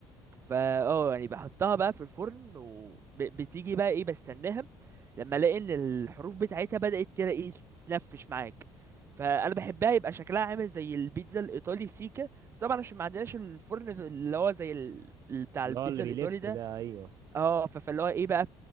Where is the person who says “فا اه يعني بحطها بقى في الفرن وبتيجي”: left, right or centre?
Right